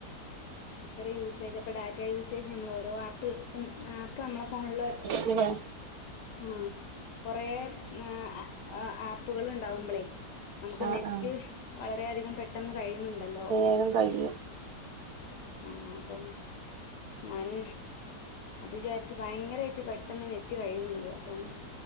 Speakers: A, on the left (about 80°); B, on the right (about 65°).
A: ഭയങ്കര യൂസേജ് അപ്പൊ ഡാറ്റ യൂസേജ് നമ്മള് ഓരോ ആപ്പ് ആപ്പ് നമ്മളെ ഫോണില്
B: പിന്നെ
A: ആഹ് കൊറേ ആ ആ ആപ്പുകള്ണ്ടാവുമ്പളേ നമുക്ക്
B: ആഹ്
A: നെറ്റ്
B: ആഹ്
A: വളരെയധികം പെട്ടെന്ന് കഴിയുന്നുണ്ടല്ലോ
B: വേഗം കഴിയും
A: ആഹ് അപ്പം ഞാന് അത്ജാ ച്ച് ഭയങ്കരായിട്ട് പെട്ടെന്ന് നെറ്റ് കഴിയ്ന്ന്ണ്ട് അപ്പം